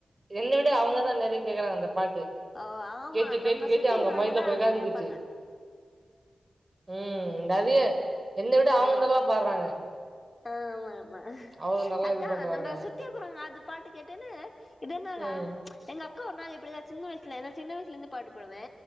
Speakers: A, on the right; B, on the left.
A: என்ன விட அவுங்க தா நெறய கேக்குறாங்க அந்த பாட்டு
B: ஓ ஆமா
A: கேட்டு கேட்டு
B: நம்ம
A: கேட்டு
B: சுத்தி
A: அவங்க
B: இருக்கிறவங்கதா
A: மைண்ல போய்
B: அது
A: உக்காந்துக்குச்சு
B: கேப்பாங்க
A: ம் என்னாது என்ன விட அவுங்க
B: ஆமா
A: நல்லா பாடுறாங்க
B: ஆமா
A: அவ்ளோ நல்லா
B: அதா
A: இது பண்றாங்க
B: நம்ம
A: அவங்க.
B: சுத்தி இருக்குறவுங்க அது பாட்டு கேட்டோனே இதென்னா வா
A: ம்
B: எங்க அ க்கு ஒரு நாள் இப்டிதா சின்ன வயசுல நா சின்ன வயசுல இருந்தே பாட்டு பாடுவே